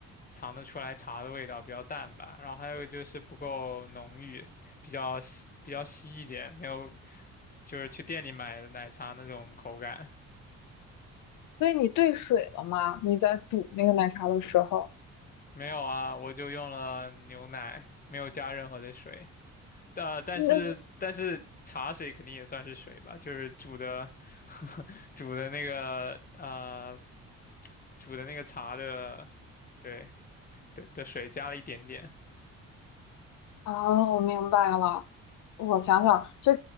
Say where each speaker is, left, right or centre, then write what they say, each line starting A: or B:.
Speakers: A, on the left (about 30°); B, on the left (about 80°).
A: 尝得出来茶的味道，比较淡吧。然后还有就是不够浓郁，比较稀比较稀一点，没有就是去店里买的奶茶那种口感。
B: 所以你兑水了吗？你在煮那个奶茶的时候，
A: 没有啊，我就用了牛奶，没有加任何的水。呃，但是但是茶水肯定也算是水吧，
B: 那
A: 就是煮的 <laughs> 煮的那个呃煮的那个茶的，对的的水加了一点点。
B: 啊，我明白了。我想想，就